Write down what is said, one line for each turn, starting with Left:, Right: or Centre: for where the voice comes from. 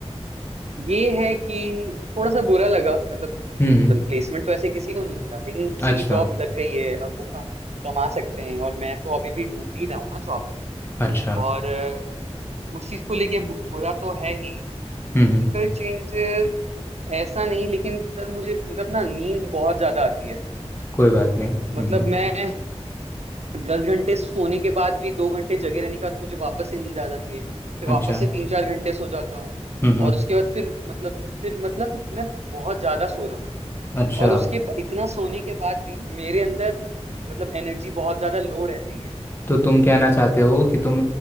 Right: ये है कि थोड़ा सा बुरा लगा मतलब
Left: हम्म
Right: जिन
Left: हम्म,
Right: प्लेसमेंट तो ऐसे किसी को नहीं मिला लेकिन किसी
Left: अच्छा
Right: की जॉब लग गई है अब वो कमा कमा सकते हैं और मैं तो अभी भी ढूंढ ही रहा हूँ ना जॉब
Left: अच्छा
Right: और अ, उस चीज को लेके बु- बुरा तो है ही
Left: हम्म
Right: फिजिकल
Left: हम्म,
Right: चेंजेस ऐसा नहीं लेकिन सर मुझे मतलब ना नींद बहुत ज्यादा आती है
Left: कोई बात नहीं हम्म
Right: मतलब
Left: हम्म,
Right: मैं दस घंटे सोने के बाद भी दो घंटे जगे रहने के बाद मुझे वापस से नींद आ जाती है फिर
Left: अच्छा
Right: वापस से तीन चार घंटे सो जाता हूँ
Left: हम्म हम्म,
Right: और उसके बाद फिर मतलब फिर मतलब मैं बहुत ज्यादा सो रहा हूँ
Left: अच्छा
Right: और उसके ब- इतना सोने के बाद भी मेरे अंदर मतलब एनर्जी बहुत ज्यादा लो रह रही है
Left: तो तुम कहना चाहते हो कि तुम